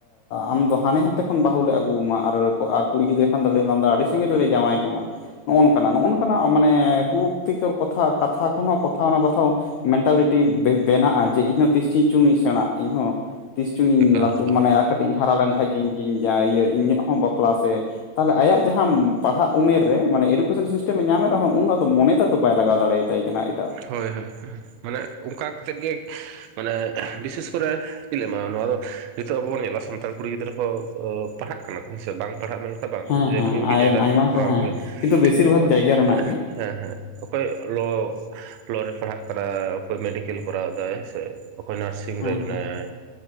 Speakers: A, on the left; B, on the right.
A: ᱟᱢ ᱫᱚ ᱦᱟᱱᱮ ᱦᱟᱱᱛᱮ ᱠᱷᱚᱱ ᱵᱟᱹᱦᱩ ᱞᱮ ᱟᱹᱜᱩᱣᱟᱢᱟ ᱟᱨ ᱠᱩᱲᱤ ᱜᱤᱫᱽᱨᱟᱹ ᱠᱷᱟᱱ ᱫᱚ <unintelligible> ᱫᱚ ᱟᱹᱰᱤ ᱥᱟᱺᱜᱤᱧ ᱨᱮᱞᱮ ᱡᱟᱶᱟᱭ ᱠᱟᱢᱟ᱾ ᱱᱚᱜᱼᱚᱭ ᱱᱚᱝᱠᱟᱱᱟᱜ ᱱᱚᱜᱼ ᱱᱚᱝᱠᱟᱱᱟᱜ ᱢᱟᱱᱮ <unintelligible> ᱠᱟᱛᱷᱟ <unintelligible> ᱠᱚᱦᱚᱸ ᱠᱟᱛᱷᱟ ᱚᱱᱟ ᱠᱟᱛᱷᱟ ᱢᱮᱱᱴᱟᱞᱤᱴᱤ ᱵᱮᱱᱟᱜᱼᱟ ᱡᱮ ᱤᱧᱦᱚᱸ ᱛᱤᱥ ᱪᱚ ᱪᱩᱝ ᱤᱧ ᱥᱮᱬᱟᱜ ᱤᱧᱦᱚᱸ ᱛᱤᱥ ᱪᱩᱝ ᱤᱧ
B: ᱮᱠᱟᱞ
A: ᱞᱟᱹᱴᱩ ᱢᱟᱱᱮ ᱟᱨ ᱠᱟᱹᱴᱤᱡ ᱤᱧ ᱦᱟᱨᱟ ᱞᱮᱱᱠᱷᱟᱡ ᱜᱮ ᱤᱧ ᱤᱧ ᱤᱭᱟᱹ ᱤᱧᱟᱹᱜ ᱦᱚᱸ ᱵᱟᱯᱞᱟ ᱥᱮᱼᱼ ᱛᱟᱦᱚᱞᱮ ᱟᱭᱟᱜ ᱡᱟᱦᱟᱸ ᱯᱟᱲᱦᱟᱜ ᱩᱢᱮᱨ ᱨᱮ ᱢᱟᱱᱮ ᱮᱰᱩᱠᱮᱥᱮᱱ ᱥᱤᱥᱴᱮᱢ ᱮ ᱧᱟᱢᱮᱫ ᱨᱮᱦᱚᱸ ᱩᱱᱫᱚ ᱟᱫᱚ ᱢᱚᱱᱮ ᱵᱟᱭ ᱞᱟᱜᱟᱣ ᱫᱟᱲᱮ ᱟᱛᱟᱭ ᱠᱟᱱᱟᱭ᱾
B: ᱦᱳᱭ ᱦᱳᱭ ᱢᱟᱱᱮ ᱚᱱᱠᱟ ᱠᱟᱛᱮᱫ ᱜᱮ ᱢᱟᱱᱮ ᱵᱤᱥᱮᱥ ᱠᱚᱨᱮᱼᱼ ᱪᱮᱫ ᱤᱧ ᱞᱟᱹᱭ ᱟᱢᱟ ᱱᱚᱣᱟ ᱫᱚ ᱱᱤᱛᱚᱜ ᱟᱵᱚ ᱵᱚᱱ ᱧᱮᱞᱟ ᱥᱟᱱᱛᱟᱲ ᱠᱩᱲᱤ ᱜᱤᱫᱽᱨᱟᱹ ᱦᱚᱸ ᱯᱟᱲᱦᱟᱜ ᱠᱟᱱᱟ ᱥᱮ ᱵᱟᱝ ᱯᱟᱲᱦᱟᱜ ᱨᱮᱱᱟᱜ ᱢᱮᱱᱠᱷᱟᱱ ᱵᱟᱝ
A: ᱦᱮᱸ
B: ᱵᱷᱟᱜᱤ
A: ᱦᱮᱸ
B: ᱵᱷᱟᱜᱤ
A: ᱟᱭ
B: ᱡᱟᱭᱜᱟ ᱨᱮ
A: ᱟᱭᱢᱟ
B: ᱢᱮᱱᱟᱜ ᱠᱚᱣᱟ
A: ᱠᱚ ᱦᱮᱸ
B: ᱚᱠᱚᱭ
A: ᱠᱤᱱᱛᱩ ᱵᱮᱥᱤᱨ
B: ᱚᱠᱚᱭ
A: ᱵᱷᱟᱜᱽ ᱡᱟᱭᱜᱟ ᱨᱮᱱᱟᱜ ᱜᱮ
B: ᱦᱮᱸ ᱦᱮᱸ ᱚᱠᱚᱭ ᱞᱚ ᱞᱚ ᱨᱮ ᱯᱟᱲᱦᱟᱜ ᱠᱟᱱᱟ ᱚᱠᱚᱭ ᱢᱮᱰᱤᱠᱮᱞ ᱠᱚᱨᱟᱣ ᱫᱟᱭ ᱥᱮ ᱚᱠᱚᱭ ᱱᱟᱨᱥᱤᱝᱼᱼ
A: ᱦᱮᱸ
B: ᱨᱮ ᱢᱮᱱᱟᱭᱟ
A: ᱦᱮᱸ ᱦᱮᱸ